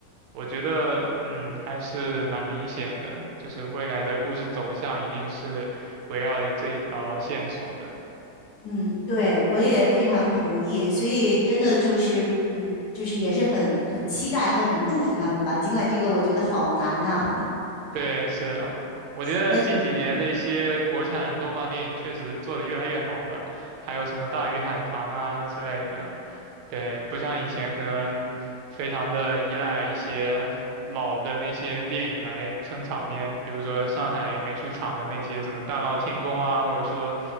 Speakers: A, on the right; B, on the left.
A: 我觉得，嗯，还是蛮明显的，就是未来的故事走向一定是围绕着这一条线索的。
B: 嗯，对，我也非常同意，所以真的就是，嗯，就是也是很很期待和很祝福他们吧。尽管这个我觉得好难啊，
A: 对，是啊，我觉得近几年的一些国产动画电影确实做得越来越好了，
B: 呃
A: 还有什么《大鱼海棠》啊之类的，对，不像以前可能非常的依赖一些老的那些电影来撑场面，比如说上海美术厂的那些什么《大闹天宫》啊，或者说，